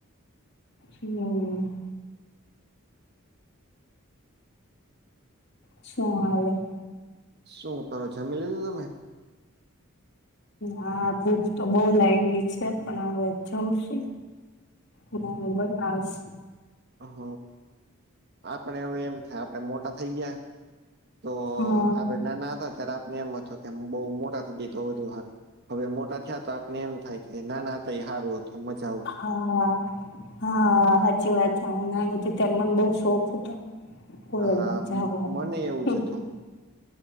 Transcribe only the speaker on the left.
હું. શું હાલે.
હા ભૂખ તો બહુ લાગી છે, પણ હવે જમશું. અને હવે બનાવીસ.
હા
હા, હા હાચી વાત છે, હું નાની ત્યારે બહુ શોખ હતો. કોલેજમાં
જાવાનો.
હમ્મ